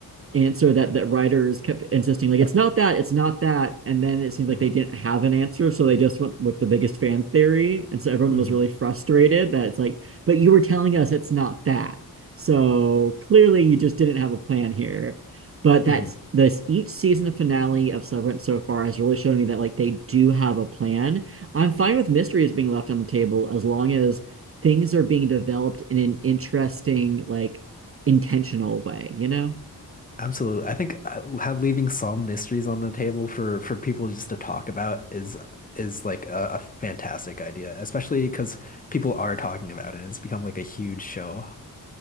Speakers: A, on the right; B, on the left.
A: answer that that writers kept insisting like it's not that it's not that and then it seemed
B: hmm
A: like they didn't have an answer so they just went with the biggest fan theory and so everyone
B: hmm
A: was really frustrated that it's like but you were telling us it's not that so clearly you just didn't have a plan here but
B: hmm
A: that's this each season of finale of Severance so far has really shown me that like they do have a plan I'm fine with mysteries being left on the table as long as things are being developed in an interesting like intentional way you know
B: Absolutely. I think uh, ha- leaving some mysteries on the table for for people just to talk about is is like a, a fantastic idea, especially because people are talking about it. It's become like a huge show.